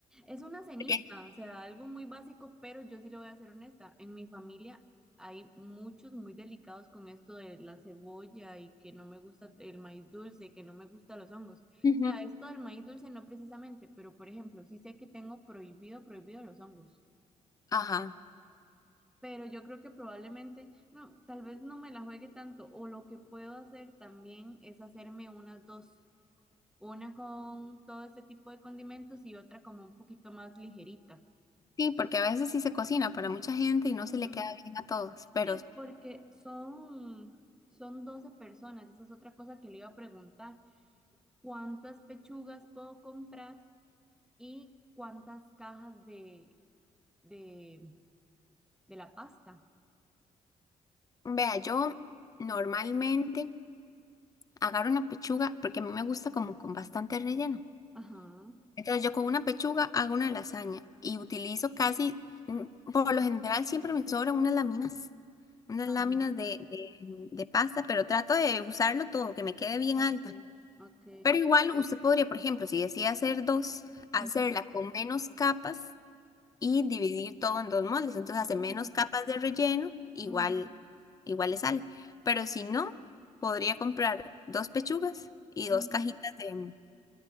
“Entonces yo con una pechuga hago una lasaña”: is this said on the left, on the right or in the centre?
Left